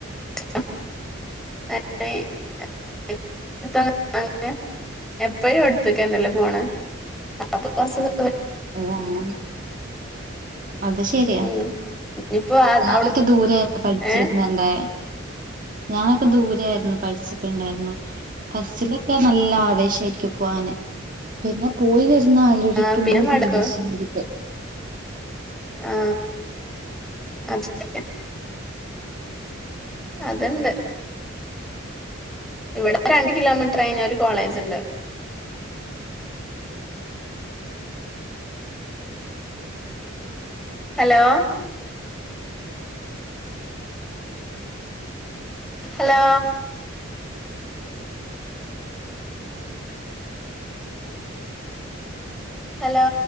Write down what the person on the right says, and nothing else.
ഓ അങ്ങനെ അത് ശെരിയാ
ഞാനൊക്കെ
ദൂരെരുന്നു പഠിച്ചിരുന്നെന്റെ
ഞാനൊക്കെ ദൂരെരുന്നു പഠിച്ചിട്ടുണ്ടാരുന്ന ഫസ്റ്റിലൊക്കെ നല്ല ആവേശാരിക്കു പോവാന് പിന്നെ പോയി വിര്ന്നാലോചിക്കുമ്പോ
ദേഷ്യംപിടിക്കും